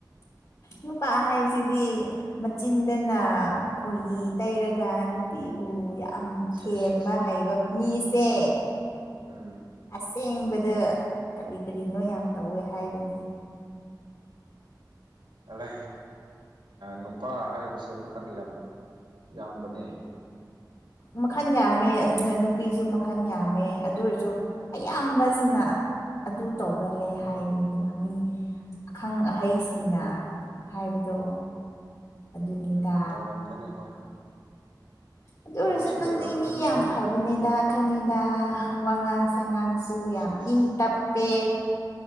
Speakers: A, on the left (about 55°); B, on the right (about 85°).
A: ꯅꯨꯄꯥ ꯍꯥꯏꯕꯁꯤꯗꯤ ꯃꯆꯤꯟꯗꯅ ꯈꯣꯏꯍꯤ ꯇꯩꯔꯒ ꯅꯨꯄꯤꯕꯨ ꯌꯥꯝ
B: ꯁꯦꯁ
A: ꯊꯦꯝꯕ
B: ꯁꯦꯁ
A: ꯍꯩꯕ ꯃꯤꯁꯦ
B: ꯎꯝ
A: ꯑꯁꯦꯡꯕꯗ ꯀꯔꯤ ꯀꯔꯤꯅꯣ ꯌꯥꯝ ꯇꯧꯋꯦ ꯍꯥꯏꯕꯅꯦ
B: ꯑꯂꯦ ꯅꯨꯄꯥ ꯍꯥꯏꯕꯁꯦ ꯃꯈꯟ ꯌꯥꯝ ꯌꯥꯝꯕꯅꯦ
A: ꯃꯈꯟ ꯌꯥꯝꯃꯦ ꯑꯗꯨꯅ ꯅꯨꯄꯤꯁꯨ ꯃꯈꯜ ꯌꯥꯝꯃꯦ ꯑꯗꯨ ꯑꯣꯏꯔꯁꯨ ꯑꯌꯥꯝꯕꯁꯤꯅ ꯑꯗꯨ ꯇꯧꯒꯜꯂꯦ ꯍꯥꯏꯔꯤꯗꯅ ꯃꯤ ꯑꯈꯪ ꯑꯍꯩꯁꯤ ꯁꯤꯡꯅ
B: ꯍꯣꯏ
A: ꯍꯥꯏꯕꯗꯣ ꯑꯗꯨꯅꯤꯗꯥ
B: ꯎꯝ ꯇꯧꯔꯝꯒꯅꯤ ꯍꯣꯏ
A: ꯑꯗꯨ ꯑꯣꯏꯔꯁꯦ
B: ꯇꯧꯕꯁꯨ
A: ꯅꯪꯗꯤ
B: ꯂꯩꯔꯝꯒꯅꯤ
A: ꯃꯤ ꯌꯥꯝ ꯐꯕꯅꯦꯗ ꯈꯪꯉꯦꯗ ꯋꯥ ꯉꯥꯡꯁ ꯁꯉꯥꯡꯁꯨ ꯌꯥꯝ
B: ꯁꯦꯁ
A: ꯏꯪ ꯇꯞꯄꯦ